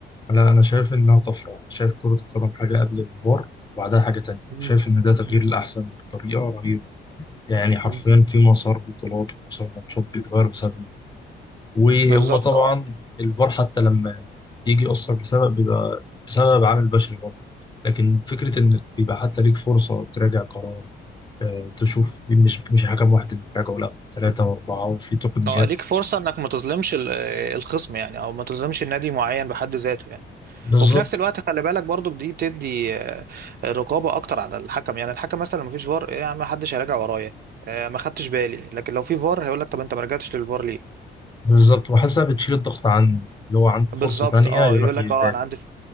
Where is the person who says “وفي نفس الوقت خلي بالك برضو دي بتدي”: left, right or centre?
Right